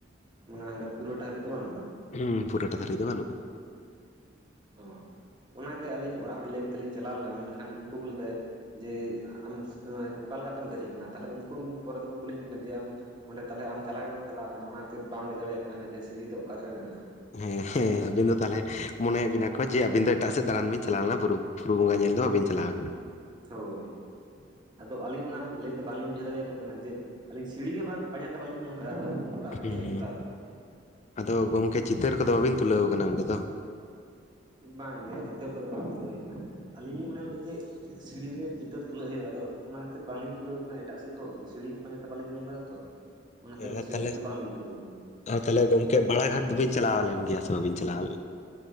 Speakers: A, on the right; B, on the left.
A: ᱢᱟᱱᱮ ᱦᱟᱸᱰᱮ ᱯᱩᱨᱟᱹ ᱴᱟ ᱦᱟᱵᱤᱡ ᱫᱚ ᱵᱟᱹᱱᱩᱜᱼᱟ ᱾
B: ᱦᱩᱸ ᱯᱩᱨᱟᱴᱟᱜ ᱫᱷᱟᱨᱤᱡ ᱫᱚ ᱵᱟᱹᱱᱩᱜᱼᱟ ᱾
A: ᱚ ᱚᱱᱟᱜᱮ ᱟᱹᱞᱤᱧ ᱚᱲᱟᱜ ᱦᱚᱲ ᱞᱟᱹᱭ ᱠᱟᱛᱮᱫ ᱞᱤᱧ ᱪᱟᱞᱟᱣ ᱞᱮᱱᱟ ᱢᱮᱱᱠᱷᱟᱱ ᱩᱱᱠᱩ ᱠᱚ ᱞᱟᱹᱭ ᱡᱮ ᱟᱢ ᱚᱠᱟᱞᱮ ᱞᱮᱠᱟᱛᱮᱢ ᱫᱮᱡ ᱠᱟᱱᱟ ᱛᱟᱦᱚᱞᱮ ᱩᱱᱠᱩ ᱯᱚᱨᱮ ᱫᱚᱠᱚ ᱠᱩᱞᱤᱧ ᱠᱟᱱᱟ ᱡᱮ ᱟᱢ ᱚᱸᱰᱮ ᱛᱟᱦᱚᱞᱮ ᱟᱢ ᱪᱟᱞᱟᱜ ᱵᱟᱢ ᱪᱟᱞᱟᱣ ᱠᱟᱱᱟ ᱚᱱᱟ ᱠᱷᱟᱹᱛᱤᱨ ᱵᱟᱢ ᱞᱟᱹᱭ ᱫᱟᱲᱮᱭᱟᱜ ᱠᱟᱱᱟ ᱡᱮ ᱥᱤᱲᱤ ᱫᱚ ᱚᱠᱟ ᱫᱷᱟᱨᱮ ᱢᱮᱱᱟᱜ-ᱟ᱾
B: ᱦᱮᱸ ᱦᱮᱸ ᱟᱵᱤᱱ ᱫᱚ ᱛᱟᱦᱚᱞᱮ ᱢᱚᱱᱮᱭ ᱮᱫ ᱵᱤᱱᱟ ᱠᱚ ᱡᱮ ᱟᱵᱤᱱ ᱫᱚ ᱮᱴᱟᱜ ᱥᱮᱫ ᱫᱟᱬᱟᱱ ᱵᱤᱱ ᱪᱟᱞᱟᱣ ᱞᱮᱱᱟ ᱵᱩᱨᱩ ᱯᱷᱩᱨᱩ ᱵᱚᱸᱜᱟ ᱧᱮᱞ ᱫᱚ ᱵᱟᱹᱵᱤᱱ ᱪᱟᱞᱟᱣ ᱠᱟᱱᱟ᱾
A: ᱦᱳᱭ ᱟᱫᱚ ᱟᱹᱞᱤᱧ ᱚᱱᱟ ᱞᱟᱹᱭ ᱵᱟᱝ ᱞᱤᱧ ᱵᱩᱡᱷᱟᱹᱣ ᱫᱟᱲᱮᱭ ᱟᱠᱚ ᱠᱟᱱᱟ ᱡᱮ ᱟᱹᱞᱤᱧ ᱥᱤᱲᱤ ᱜᱮ ᱵᱟᱝ ᱯᱟᱸᱡᱟ ᱛᱮ ᱵᱟᱞᱤᱧ ᱧᱟᱢ ᱠᱟᱜ ᱟ ᱚᱲᱟᱜ ᱦᱚᱲ
B: ᱦᱩᱸ
A: ᱪᱮᱫ ᱞᱤᱧ
B: ᱦᱩᱸ
A: ᱢᱮᱛᱟᱣ ᱠᱚᱣᱟ
B: ᱟᱫᱚ ᱜᱚᱝᱠᱮ ᱪᱤᱛᱟᱹᱨ ᱠᱚᱫᱚ ᱵᱟᱹᱵᱤᱱ ᱛᱩᱞᱟᱹᱣ ᱠᱟᱱᱟ ᱚᱸᱰᱮ ᱫᱚ
A: ᱵᱟᱝ ᱜᱮ ᱪᱤᱛᱟᱹᱨ ᱠᱚᱫᱚ ᱵᱟᱝ ᱛᱩᱞᱟᱹᱣ ᱦᱩᱭ ᱠᱟᱱᱟ ᱟᱹᱞᱤᱧ ᱞᱤᱧ ᱢᱚᱱᱮ ᱞᱮᱫᱟ ᱪᱮᱫ ᱥᱤᱲᱤ ᱨᱮ ᱪᱤᱛᱟᱹᱨ ᱛᱩᱞᱟᱹᱜ ᱦᱩᱭᱩᱜᱼᱟ ᱟᱫᱚ ᱚᱱᱟ ᱠᱷᱟᱹᱛᱤᱨ ᱵᱟᱝᱞᱤᱧ ᱛᱩᱞᱟᱹᱣ ᱠᱟᱱᱟ ᱮᱴᱟᱜ ᱥᱮᱫ ᱫᱚ ᱥᱤᱲᱤ ᱠᱚ ᱯᱟᱸᱡᱟᱛᱮ ᱵᱟᱞᱤᱧ ᱧᱟᱢ ᱠᱟᱫᱟ ᱛᱚ ᱚᱱᱟᱛᱮ
B: ᱟᱨ
A: ᱥᱤᱲᱤ
B: ᱛᱟᱦᱚᱞᱮ
A: ᱨᱮᱫᱚ ᱵᱟᱝ ᱞᱤᱧ ᱛᱩᱞᱟᱹᱣ ᱠᱟᱱᱟ
B: ᱟᱨ ᱛᱟᱦᱞᱮ ᱜᱚᱝᱠᱮ ᱵᱟᱲᱟ ᱜᱷᱟᱴ ᱫᱚᱵᱤᱱ ᱪᱟᱞᱟᱣ ᱞᱮᱱ ᱜᱮᱭᱟ ᱥᱮ ᱵᱟᱹᱵᱤᱱ ᱪᱟᱞᱟᱣ